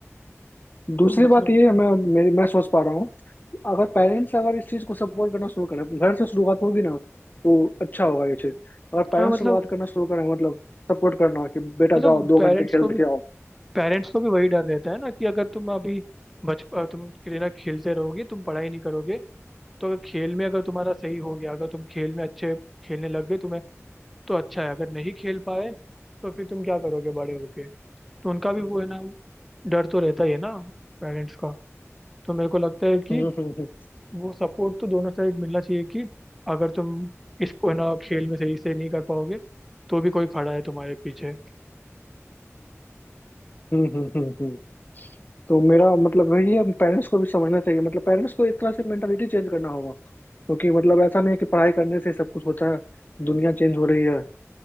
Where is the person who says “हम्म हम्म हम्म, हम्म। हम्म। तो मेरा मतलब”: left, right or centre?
Left